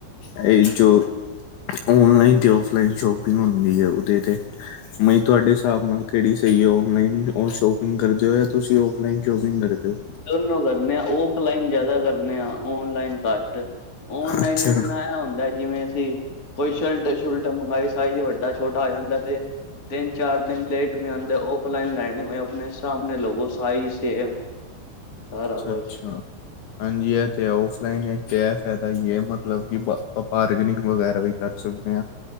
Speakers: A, on the left; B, on the left.
A: ਹੈ ਈ ਚੋਰ! ਔਨਲਾਈਨ 'ਤੇ ਓਫ਼ਲਾਈਨ ਸ਼ੋਪਿੰਗ ਹੁੰਦੀ ਏ, ਉਦੇ 'ਤੇ। ਮੈ ਤੁਹਾਡੇ ਹਿਸਾਬ ਨਾਲ ਕੇੜੀ ਸਹੀ ਐ? ਔਨਲਾਈਨ ਸ਼ੋਪਿੰਗ ਕਰਦੇ ਓ ਯਾ ਤੁਸੀਂ ਓਫ਼ਲਾਈਨ ਸ਼ੋਪਿੰਗ ਕਰਦੇ ਓ?
B: ਦੋਨੋਂ ਕਰਨੇ ਆ, ਔਫਲਾਈਨ ਜਾਦਾ ਕਰਨੇ ਆ, ਓਨਲਾਈਨ ਘੱਟ। ਓਨਲਾਈਨ
A: ਅੱਛਾ
B: ਇਤਨਾ ਐ ਹੁੰਦਾ ਜਿਵੇਂ ਅਸੀਂ, ਕੋਈ ਸ਼ਲਟ- ਸ਼ੁਲਟ ਮੰਗਾਈ, ਸਾਈਜ਼ ਵੱਡ ਵੱਡਾ- ਛੋਟਾ ਆ ਜਾਂਦਾ 'ਤੇ। ਤਿੰਨ-ਚਾਰ ਦਿਨ ਲੇਟ ਵੀ ਆਂਦੇ। ਓਫ਼ਲਾਈਨ ਲੈਨੇ ਹੋਏ ਆਪਨੇ ਹਿਸਾਬ ਲਵੋ, ਸਾਈਜ਼ ਸੇਮ। <inaudible>
A: ਅੱਛਾ-ਅੱਛਾ।
B: ਕੁਛ
A: ਹਾਂਜੀ, ਐਹ 'ਤੇ ਔਫਲਾਈਨ 'ਤੇ ਐ ਫਾਇਦਾ ਈ ਐ, ਮਤਲਬ ਕਿ ਬਾ- ਬਾਰਗਨਿੰਗ ਵਗੈਰਾ ਵੀ ਕਰ ਸਕਦੇ ਆ,